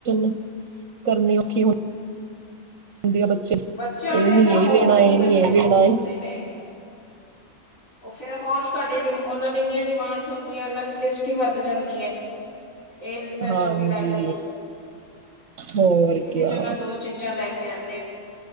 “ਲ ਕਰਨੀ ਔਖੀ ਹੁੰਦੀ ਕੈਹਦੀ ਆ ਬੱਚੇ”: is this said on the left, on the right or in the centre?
Right